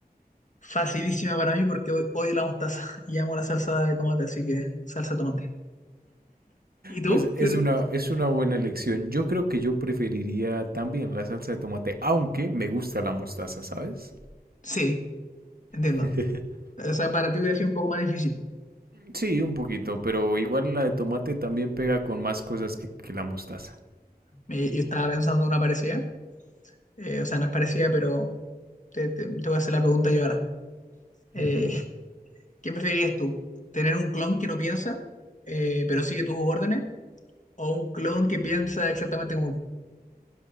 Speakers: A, on the left; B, on the right.
A: Facilísima para mí porque hoy odio la mostaza <laughs> y amo la salsa de tomate, así que salsa de tomate. ¿Y tú?
B: Pues
A: ¿Qué
B: es una, es una buena elección. Yo creo que yo preferiría también la salsa de tomate, aunque me gusta la mostaza, ¿sabes?
A: Sí, entiendo.
B: <laughs>
A: O sea, para ti hubiera sido un poco más difícil.
B: Sí, un poquito, pero igual la de tomate también pega con más cosas que, que la mostaza.
A: Me- yo estaba pensando en una parecida, eh, o sea, no es parecida, pero te, te- te voy a hacer la pregunta yo ahora. Eh,
B: Ujú.
A: ¿qué preferirías tú? ¿Tener un clon que no piensa, eh, pero sigue tus órdenes? ¿O un clon que piensa exactamente como tú?